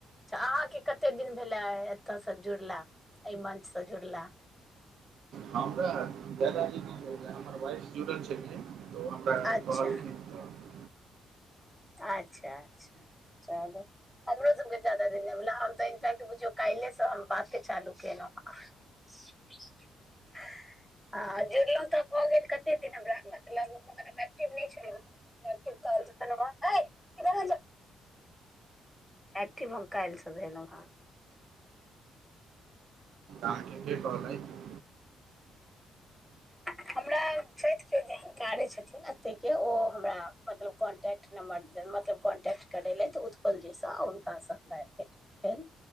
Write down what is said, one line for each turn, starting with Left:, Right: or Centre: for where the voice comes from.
Centre: च्छा अहाँके कत्ते दिन भेलै एतऽसँ जुड़ला अय मंचसँ जुड़ला।
Right: हमरा ज्यादा दिन नैय भेला हमर वाइफस् जुड़ल छथिन। तऽ ओ हमरा
Centre: अच्छा
Right: कहलखिन तऽ
Centre: आच्छा अच्छा चलू। हमरो सबके जादा दिन नैय भेला हम तऽ इनफैक्ट बुझियौ काइले स हम बाते चालू केलौं हँ। <inaudible> आ जुड़लौं तऽ भऽ गेल कत्ते दिन हमरा मतलब मगर हम एक्टिव नैय छेलौ हँ। एक्टिव तऽ <unintelligible> हय इधर आ जा एक्टिव हम काइल स भेलौं हँ।
Right: अहाँके के कहलैथ?
Centre: <unintelligible> हमरा छैथ कियो जानकारे छथिन अतै के ओ हमरा मतलब कॉन्टै क्ट नंबर देलऽ मतलब कॉन्टैक्ट करै लैथ उत्पल जी स हुनका स हमरा आइ भेट भेल।